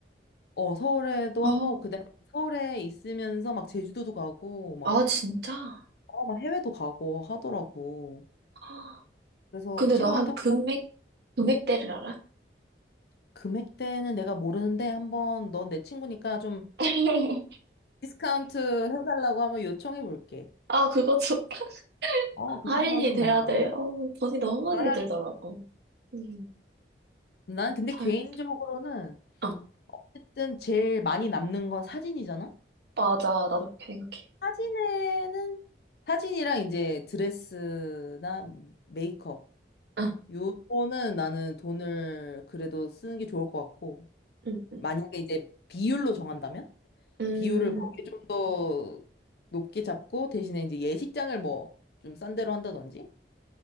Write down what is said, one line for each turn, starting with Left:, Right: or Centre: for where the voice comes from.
Left: 어, 서울에도
Right: 어.
Left: 하고 그다음에 서울에 있으면서 막 제주도도 가고 막,
Right: 아, 진짜?
Left: 어, 막 해외도 가고 하더라고.
Right: 헉,
Left: 그래서
Right: 근데
Left: 그 친구한테
Right: 나 한 금액,
Left: 한번
Right: 금액대를 알아?
Left: 금액대는 내가 모르는데 한번 넌 내 친구니까 좀
Right: <laughs>
Left: 디스카운트 해달라고 한번 요청해 볼게.
Right: 아, 그거 좋다.
Left: 어, 그
Right: 할인이
Left: 정도는
Right: 돼야
Left: 뭐. 뭐.
Right: 돼요. 어, 돈이 너무 많이
Left: 해야
Right: 들더라고. 음,
Left: 난 근데
Right: 잘,
Left: 개인적으로는
Right: 어,
Left: 어쨌든 제일 많이 남는 건 사진이잖아?
Right: 맞아. 나도 그렇게 생각해.
Left: 사진에는 사진이랑 이제 드레스나 메이크업
Right: 어,
Left: 요거는 나는 돈을 그래도 쓰는 게 좋을 것 같고
Right: 음, 음,
Left: 만약에 이제 비율로 정한다면
Right: 음,
Left: 비율을 거기에 좀 더 높게 잡고 대신에 이제 예식장을 뭐 좀 싼 데로 한다든지